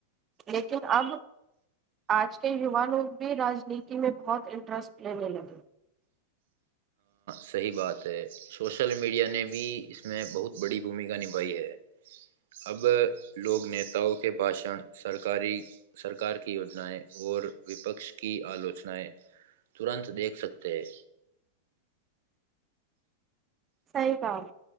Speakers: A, on the right; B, on the right.
A: لیکن اب آج کے یووانوں بھی راجنیتی میں بہت انٹرسٹ لینے لگے
B: سی بات ہے سوشل میڈیا نے بھی اس میں بہت بڑی بھومکا نبھائی ہے اب لوگ نتاؤں کے بھشن سرک کی یوجنایں اور وپک کی آلوچنایں ترنت دیکھ سکتے ہیں
A: صحیح کام